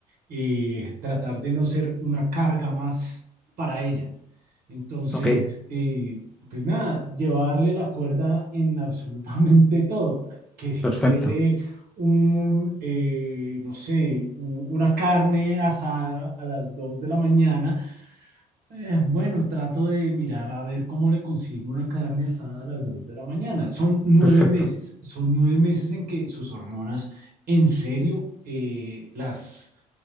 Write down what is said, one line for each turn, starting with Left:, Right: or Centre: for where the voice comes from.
Right: eh, tratar de no ser una carga más para ella. Entonces,
Centre: Ok,
Right: eh, pues nada, llevarle la cuerda en absolutamente todo, que si
Centre: perfecto,
Right: quiere un, eh, no sé, un- una carne asada a las 2 de la mañana, eh, bueno, trato de mirar a ver cómo le consigo una carne asada a las 2 de la mañana. Son nueve
Centre: perfecto.
Right: meses, son nueve meses en que sus hormonas en serio eh, las,